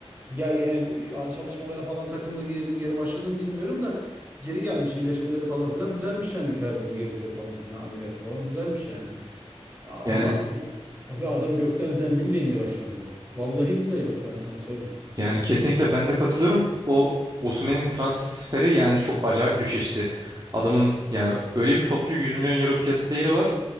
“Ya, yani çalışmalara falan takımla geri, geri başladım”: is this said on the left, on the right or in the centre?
Right